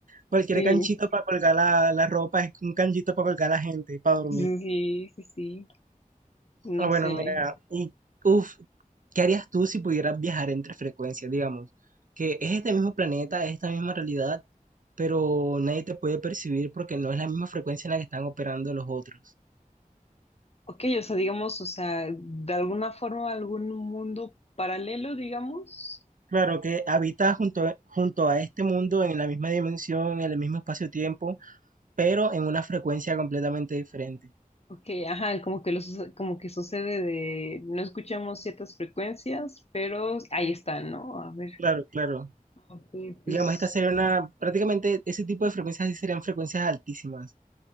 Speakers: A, on the right (about 65°); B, on the left (about 45°).
A: Cualquier
B: Sí,
A: canchito para colgar la, la ropa es un canchito para colgar a la gente, para dormir.
B: Sí, sí, sí, no
A: Ah, Bueno,
B: sé.
A: mira, y uff, ¿qué harías tú si pudieras viajar entre frecuencias, digamos? Que es este mismo planeta, es esta misma realidad, pero nadie te puede percibir porque no es la misma frecuencia en la que están operando los otros.
B: Ok, o sea, digamos, o sea, de alguna forma algún mundo paralelo, digamos.
A: Claro que habitas junto, a- junto a este mundo en la misma dimensión, en el mismo espacio-tiempo, pero en una frecuencia completamente diferente.
B: Ok, ajá, como que los, como que sucede de no escuchamos ciertas frecuencias, pero ahí está, ¿no? A ver,
A: Claro, claro.
B: ok, pues
A: Digamos, esta sería una, prácticamente ese tipo de frecuencias sí serían frecuencias altísimas.